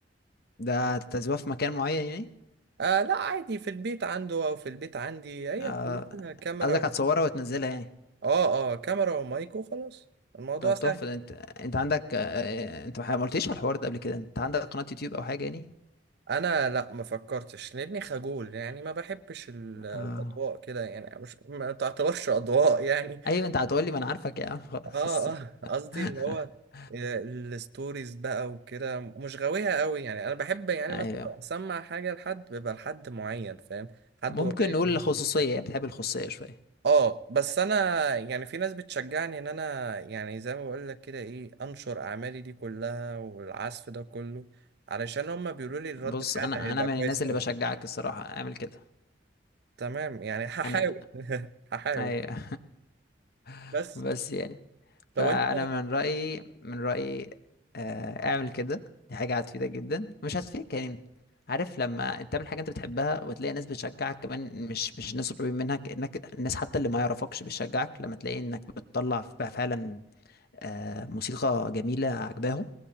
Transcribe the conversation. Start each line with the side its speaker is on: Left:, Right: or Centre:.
Left: ده تعزفها في مكان معين يعني
Right: آه لا عادي في البيت عنده او في البيت عندي هي
Left: اه
Right: كلها كاميرا
Left: قصدك
Right: و...
Left: هتصورها وتنزلها يعني
Right: اه اه كاميرا ومايك وخلاص الموضوع
Left: ده تحفه
Right: سهل
Left: ده
Right: يعني.
Left: انت انت عندك آه، انت ما قلتليش على الحوار ده قبل كده انت عندك قناه يوتيوب او حاجه يعني
Right: انا لا ما فكرتش لاني خجول يعني ما بحبش ال- الاضواء
Left: اه
Right: كده يعني مش ما تعتبرش اضواء يعني
Left: ايوه انت هتقولي ما انا عارفك يا عم خلاص
Right: اه اه قصدي
Left: <laughs>
Right: اللي هو ال- الستوريز بقى وكده مش غاويها قوي يعني انا بحب يعني
Left: ايوه
Right: مثلا لو اسمع حاجه لحد بيبقى لحد معين فاهم حد
Left: ممكن
Right: قريب
Left: نقول
Right: مني
Left: الخصوصيه يعني بتحب الخصوصيه شويه
Right: اه بس انا يعني في ناس بتشجعني ان انا يعني زي ما بقول لك كده ايه انشر اعمالي دي كلها والعزف ده كله علشان هما بيقولوا لي الرد
Left: بص
Right: الفعل
Left: انا
Right: هيبقى
Left: انا من
Right: كويس
Left: الناس
Right: قوي
Left: اللي بشجعك الصراحه اعمل كده
Right: تمام يعني هحاول
Left: انا
Right: <laughs> هحاول
Left: ايوه <laughs>
Right: بس
Left: بس يعني فانا
Right: لو انت
Left: من رايي من رايي آه، اعمل كده دي حاجه هتفيدك جدا مش هتفيدك يعني عارف لما انت تعمل حاجه انت بتحبها وتلاقي ناس بتشجعك كمان مش مش ناس قريبين منك انك الناس حتى اللي ما يعرفكش بتشجعك لما تلاقي انك بتطلع بقى فعلا آه، موسيقى جميله عجباهم